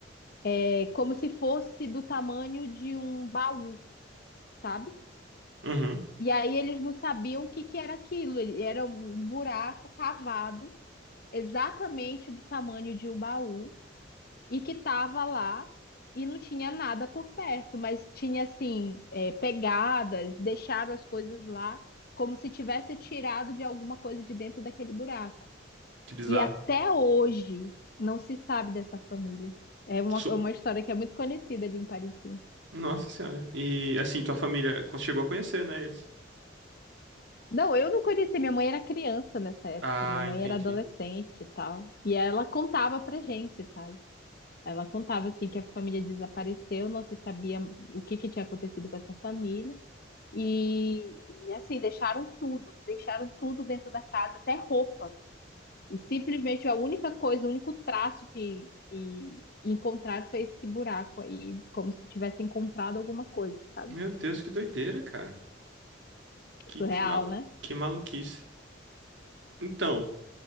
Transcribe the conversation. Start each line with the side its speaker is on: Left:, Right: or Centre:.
Left: é como se fosse do tamanho de um baú, sabe?
Right: Uhum.
Left: E aí eles não sabiam o que que era aquilo. Ele- Era um buraco cavado exatamente do tamanho de um baú. e que tava lá e não tinha nada por perto, mas tinha assim, é, pegadas, deixaram as coisas lá como se tivesse tirado de alguma coisa de dentro daquele buraco.
Right: Que bizarro.
Left: E até hoje não se sabe dessa família. É uma,
Right: Su-
Left: é uma história que é muito conhecida ali em Parintins.
Right: Nossa senhora. E assim, tua família co- chegou a conhecer, né, eles?
Left: Não, eu não conheci. Minha mãe era criança nessa época.
Right: Ah,
Left: Minha mãe
Right: entendi.
Left: era adolescente e tal. E ela contava pra gente, sabe? Ela contava assim que a família desapareceu, não se sabia o que que tinha acontecido com essa família. E, e assim, deixaram tudo, deixaram tudo dentro da casa, até roupa. E simplesmente a única coisa, o único traço que, que encontraram foi esse buraco aí, como se tivesse encontrado alguma coisa, sabe?
Right: Meu Deus, que doideira, cara. Que,
Left: Surreal,
Right: que, mal...
Left: né?
Right: que maluquice. Então,